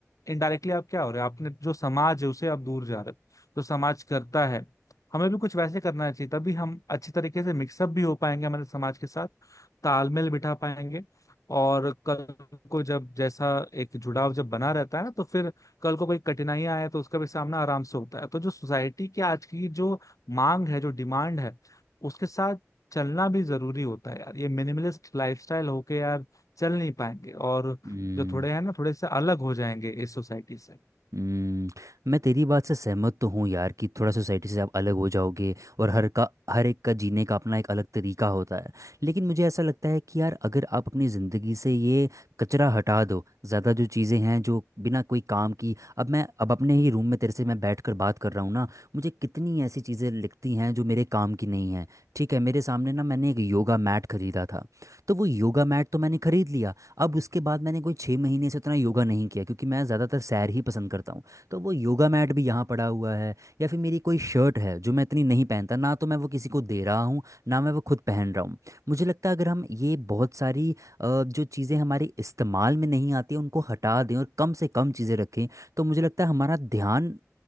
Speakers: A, on the left; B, on the right.
A: इनडायरेक्टली आप क्या हो रहे हो आपने जो समाज है उसे आप दूर जा रहे हो तो समाज करता है हमें भी कुछ वैसे करना चाहिए तभी हम अच्छी तरीके से मिक्सअप भी हो पाएंगे हमारे समाज के साथ तालमेल बिठा पाएंगे और कल को जब जैसा एक जुड़ाव जब बना रहता है ना तो फिर कल को कोई कठिनाई आए तो उसका भी सामना आराम से होता है तो जो सोसाइटी की आज की जो मांग है जो डिमांड है उसके साथ चलना भी जरूरी होता है यार ये मिनिमलिस्ट लाइफस्टाइल होके यार चल नहीं पाएंगे और
B: हम्म
A: जो थोड़े हैं ना थोड़े से अलग हो जाएंगे इस सोसाइटी से
B: हम्म, मैं तेरी बात से सहमत तो हूँ यार कि थोड़ा सोसाइटी से आप अलग हो जाओगे और हर का हर एक का जीने का अपना एक अलग तरीका होता है लेकिन मुझे ऐसा लगता है कि यार अगर आप अपनी ज़िंदगी से ये कचरा हटा दो ज़्यादा जो चीज़ें हैं जो बिना कोई काम की अब मैं अब अपने ही रूम में तेरे से मैं बैठ कर बात कर रहा हूँ ना मुझे कितनी ऐसी चीज़ें लिखती हैं जो मेरे काम की नहीं हैं ठीक है मेरे सामने ना मैंने एक योगा मैट खरीदा था तो वो योगा मैट तो मैंने खरीद लिया अब उसके बाद मैंने कोई छः महीने से उतना योगा नहीं किया क्योंकि मैं ज़्यादातर सैर ही पसंद करता हूँ तो वो योगा मैट भी यहाँ पड़ा हुआ है या फिर मेरी कोई शर्ट है जो मैं इतनी नहीं पहनता ना तो मैं वो किसी को दे रहा हूँ ना मैं वो खुद पहन रहा हूँ मुझे लगता है अगर हम ये बहुत सारी अ, जो चीज़ें हमारे इस्तेमाल में नहीं आती उनको हटा दें और कम से कम चीज़ें रखें तो मुझे लगता है हमारा ध्यान